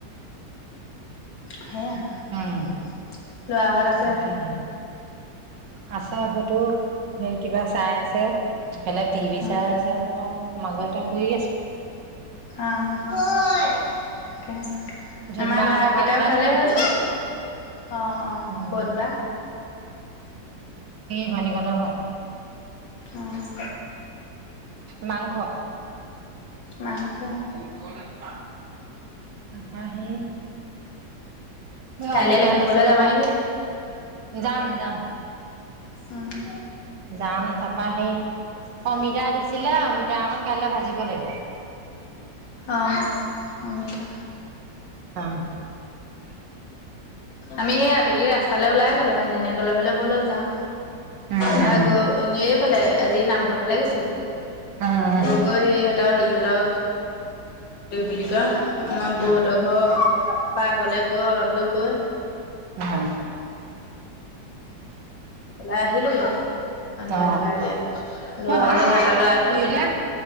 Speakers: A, on the right; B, on the left.
A: <inaudible>
B: সে
A: উম,
B: ল'ৰাহত আছে।
A: তাকেহে, আছে হয়টো হে কিবা চাই আছে ইফালে টিভি
B: উম
A: চাই আছে মই মাজতে শুই আছো
B: আহ তাকে। আমাৰ
A: জোনবাহঁতৰ
B: ভাতকেইটা
A: ভাত খোৱা
B: উঠালে
A: নিমন্ত্ৰণ,
B: হৈ যাব অ অ
A: উম।
B: ক'ত বা
A: কি ভানিক ন হয়াত
B: অ',
A: মাংস
B: মাংস
A: ম খলে ন তাপাহ সেই ম
B: কাইলৈ
A: অমিতা
B: লখিমপুৰলৈ
A: দিছিলো
B: যাব
A: ভা
B: নেকি?
A: যাম যাম
B: উম,
A: যাম তাপা সেই অমিতা দি ছিলে অ মিঠা অকণ কাইলৈ ভাজিব লাগিব।
B: আহ অমিতা
A: উম
B: আমি সেই আবেলি ৰাস। চালে ওলাইে গ'লো মানহজনীয়ে কলে বোলে বৌ লগ যাওঁ
A: উম
B: ত গ এনে ফালে আজি নামঘৰ ফালে গৈছিলো
A: উম উম
B: গৈ গৈ স সিহঁতৰ হেৰি সহঁতৰ বুলি কয় আমাৰ বহুতৰ ঘৰ প গলে গৈ অলপ দূৰ গৈ
A: হ
B: ওলাই আহিলো সন্ধিয়া
A: অ
B: লগে আগাই লৰাও
A: মই ভাল
B: গ'ল
A: হয়
B: সিহঁতৰ
A: অকণ
B: লৰাটো
A: অকণ ফুৰিলে